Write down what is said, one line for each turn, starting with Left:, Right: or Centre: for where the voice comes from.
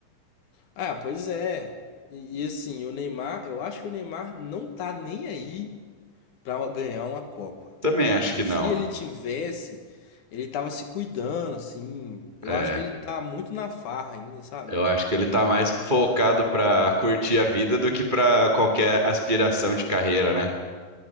Left: Ah, pois é. E, e assim, o Neymar, eu acho que o Neymar não tá nem aí pra ganhar uma Copa.
Right: Também acho que
Left: Se
Right: não.
Left: ele tivesse, ele tava se cuidando, assim. Eu
Right: É,
Left: acho que ele tá muito na farra ainda, sabe?
Right: eu acho que ele tá mais focado pra curtir a vida do que pra qualquer aspiração de carreira, né?